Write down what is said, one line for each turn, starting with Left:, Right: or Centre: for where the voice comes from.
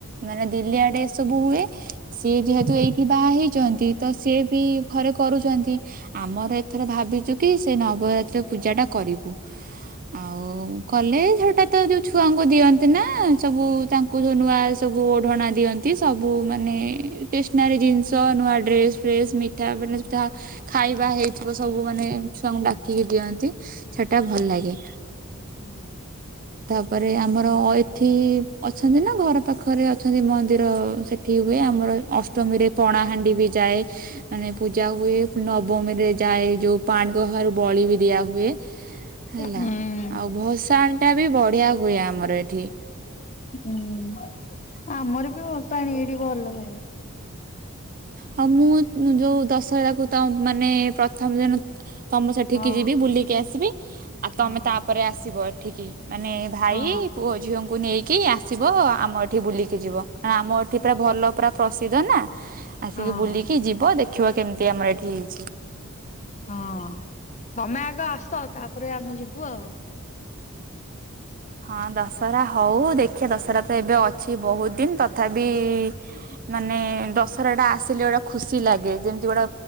Right: ମାନେ ଦିଲ୍ଲୀ ଆଡେ ଏ ସବୁ ହୁଏ ସିଏ ଯେହେତୁ ଏଇଠି ବାହା ହେଇଛନ୍ତି ତ ସିଏ ବି ଘରେ କରୁଛନ୍ତି ଆମର ଥରେ ଭାବିଛୁ କି ସେ ନବରାତ୍ରି ପୂଜା ଟା କରିବୁ ଆଉ କଲେ ହଟାତ୍ ତ ଯୋଉ ଛୁଆଙ୍କୁ ଦିଅନ୍ତି ନା ସବୁ ତାଙ୍କୁ ଯ ନୂଆ ସବୁ ଓଢଣା ଦିଅନ୍ତି, ସବୁ ମାନେ ଟ୍ରେସନାରୀ ଜିନିଷ, ନୂଆ ଡ୍ରେସ୍ ଫେସ୍, ମିଠା ଯାହା ଖାଇବା ହେଇ ସବୁ ମାନେ ଛୁଆଙ୍କୁ ଡାକିକି ଦିଅନ୍ତି ସେଟା ଭଲ ଲାଗେ।
Left: ହୁଁ।
Right: ତା ପରେ ଆମର ଏଠି ଅଛନ୍ତି ନା ଘର ପାଖରେ ଅଛନ୍ତି ମନ୍ଦିର ସେଠି ହୁଏ ଆମର ଅଷ୍ଟମୀରେ ପଣାହାାଣ୍ଡି ବି ଯାଏ ମାନେ ପୂଜା ହୁଏ ନବମୀ ରେ ଯାଏ ଯୋଉ ପାଣିକଖାରରୁ ବଳି ବି ଦିଆ ହୁଏ ହେଲା
Left: ହୁଁ।
Right: ଆଉ ଭସାଣ ଟା ବି ବଢିଆ ହୁଏ ଆମର ଏଠି।
Left: ହୁଁ ଆମର ବି ଭସାଣି ଏଇଠି ଭଲ ହୁଏ।
Right: ହଁ ମୁଁ ଯୋଉ ଦଶହରାକୁ ତ ମାନେ ପ୍ରଥମ ଦିନ ତମେ ସେଠିକି
Left: ହଁ
Right: ଯିବି ବୁଲିକି ଆସିବି । ଆଉ
Left: ହଁ
Right: ତମେ ତାପରେ ଆସିବ ଏଠିକି । ମାନେ ଭାଇ
Left: ହଁ
Right: ପୁଅ ଝିଅଙ୍କୁ ନେଇକି କି ଆସିବ ଆମ ଏଠି ବୁଲିକି ଯିବ । ଆମ ଏଠି ପୁରା ଭଲ ପୁରା ପ୍ରସିଦ୍ଧ ନା ଆସିକି
Left: ହଁ।
Right: ବୁଲିକି ଯିବ ଦେଖିବା କେମିତି ଆମର ଏଠି ହେଇଛି ।
Left: ହଁ ତମେ ଆଗ ଆସ ତାପରେ ଆମେ ଯିବୁ ଆଉ ।
Right: ହଁ ଦଶହରା ହଉ ଦେଖିବା ଦଶହରା ତ ଏବେ ଅ ଅଛି ବହୁତ ଦିନ ତଥାପି ମାନେ ମାନେ ଦଶରା ଟା ଆସିଲେ ଗୋଟେ ଖୁସି ଲାଗେ ଯେମିତି ଗୋଟା